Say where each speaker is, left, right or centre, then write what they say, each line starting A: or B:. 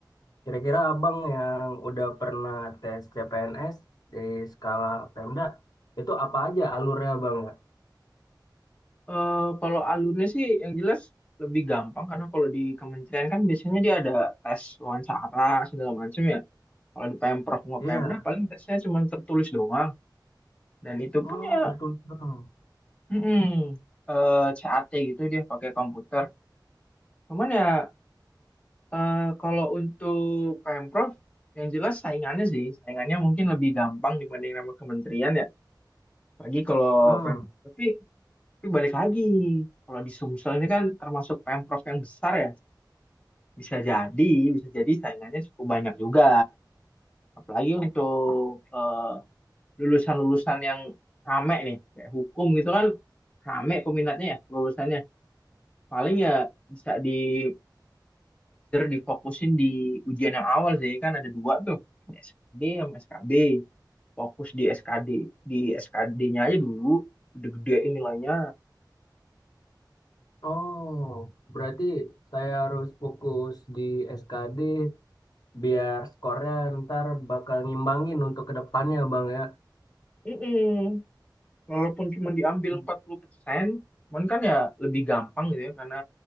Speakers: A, on the left; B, on the left.
A: Kira-kira Abang yang udah pernah tes CPNS di skala Pemda, itu apa aja alurnya, Bang? ya?
B: Eh, kalau alurnya sih yang jelas lebih gampang karena kalau di kementerian kan biasanya dia ada tes wawancara segala macam ya. Kalau di Pemprov sama
A: Iya.
B: Pemda paling tesnya cuma tertulis doang dan itu
A: Oh,
B: pun ya
A: tertutup, Bang.
B: mm-mm, eh, CAT gitu dia pakai komputer. Cuman ya eh, kalau untuk Pemprov yang jelas saingannya sih, saingannya mungkin lebih gampang dibanding sama kementerian ya. Lagi kalau
A: Hmm.
B: Pem tapi, tapi balik lagi kalau di Sumsel ini kan termasuk Pemprov yang besar ya Bisa jadi, bisa jadi saingannya cukup banyak juga. Apalagi untuk eh, lulusan-lulusan yang rame nih, kayak hukum gitu kan rame peminatnya ya lulusannya. Paling ya bisa dikejar, difokusin di ujian yang awal sih. Kan ada dua tuh, ada SKD sama SKB. Fokus di SKD. Di SKD-nya aja dulu, gede-gedein nilainya.
A: Oh, berarti saya harus fokus di SKD biar skornya ntar bakal ngimbangin untuk kedepannya Bang ya.
B: Mm-mm. Walaupun cuma diambil
A: Hmm.
B: 40%, cuman kan ya lebih gampang gitu ya, karena